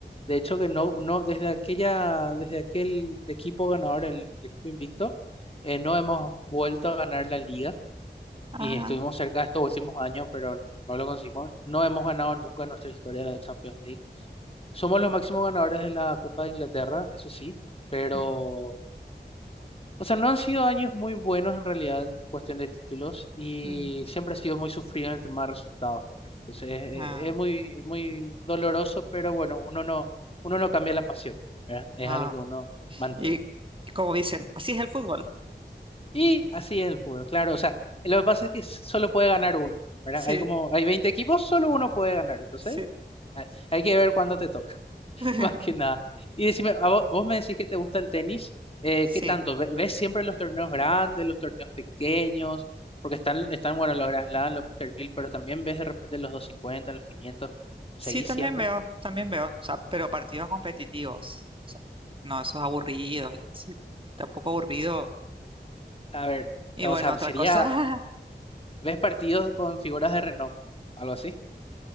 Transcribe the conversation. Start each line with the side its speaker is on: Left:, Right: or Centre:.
Left: De hecho, que no, no, desde aquella, desde aquel equipo ganador, el, el equipo invicto, eh, no hemos vuelto a ganar la liga.
Right: Ah,
Left: Y estuvimos cerca estos últimos años, pero no lo conseguimos. No hemos ganado nunca en nuestra historia la Champions League. Somos los máximos ganadores de la Copa de Inglaterra, eso sí, pero
Right: mm,
Left: o sea, no han sido años muy buenos en realidad en cuestión de títulos y
Right: mm,
Left: siempre ha sido muy sufrido en el tema de resultados también. Entonces, eh,
Right: ah,
Left: es muy, muy doloroso, pero bueno, uno no, uno no cambia la pasión, ¿verdad? Es
Right: no.
Left: algo que uno mantiene.
Right: Y, y como dicen, así es el fútbol.
Left: Y así es el fútbol, claro. O sea, lo que pasa es que s- solo puede ganar uno, ¿verdad?
Right: Sí,
Left: Hay como, hay 20 equipos, solo uno puede ganar. Entonces,
Right: sí.
Left: hay, hay que ver cuándo te toca. <laughs>
Right: <laughs>
Left: Más que nada. Y decime, a vo- vos, me decís que te gusta el tenis, eh,
Right: Sí,
Left: ¿qué tanto? ¿Ve- ¿Ves siempre los torneos grandes, los torneos pequeños? Porque están, están bueno, los Grand Slam, los Master 1000, pero también ves de repente los 250 los quinientos ¿seguís
Right: sí, también
Left: siempre?
Right: veo, también veo. O sea, pero partidos competitivos. O sea, no, esos aburridos. y sí, tampoco aburrido.
Left: A ver,
Right: Y bueno,
Left: o sea,
Right: otra
Left: sería,
Right: cosa. <laughs>
Left: ¿ves partidos con figuras de renombre? ¿Algo así?